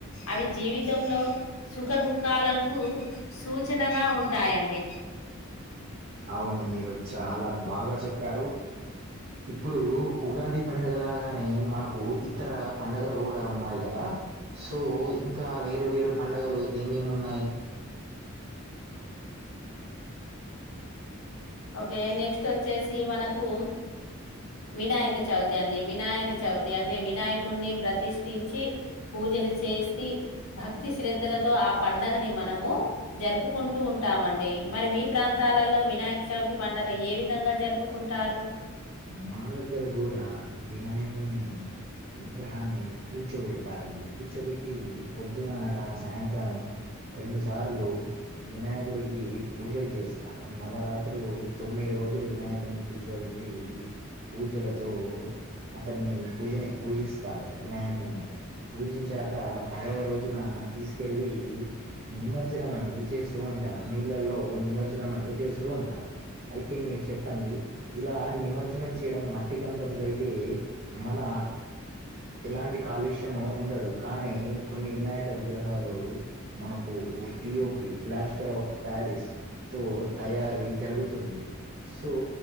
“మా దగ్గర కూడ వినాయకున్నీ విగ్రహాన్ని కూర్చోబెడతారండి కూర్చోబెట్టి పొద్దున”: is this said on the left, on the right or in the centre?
Right